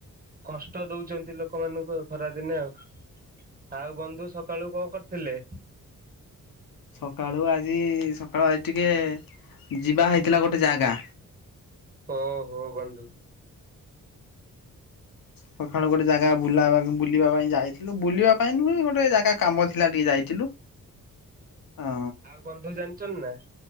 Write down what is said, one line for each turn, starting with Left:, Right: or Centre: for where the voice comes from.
Right: କଷ୍ଟ ଦଉଛନ୍ତି ଲୋକମାନଙ୍କୁ ଆଉ ଖରାଦିନେ ଆଉ। ଆଉ ବନ୍ଧୁ ସକାଳୁ କଣ କର ହେଲେ
Left: ସକାଳୁ ଆଜି ସକାଳୁ ଆଜି ଟିକେ ଯିବା ହେଇଥିଲା ଗୋଟେ ଜାଗା?
Right: ଓ ହୋ ବନ୍ଧୁ
Left: ସଖଳୁ ଗୋଟେ ଜାଗା ବୁଲା ବୁଲିବା ପାଇଁ ଯାଇଥିଲୁ ବୁଲିବା ପାଇଁ ନୁହେ ଗୋଟେ ଜାଗା କାମ ଥିଲା ଟିକେ ଯାଇଥିଲୁ। ହଁ
Right: ଆଉ ବନ୍ଧୁ ଜାଣିଛ ନା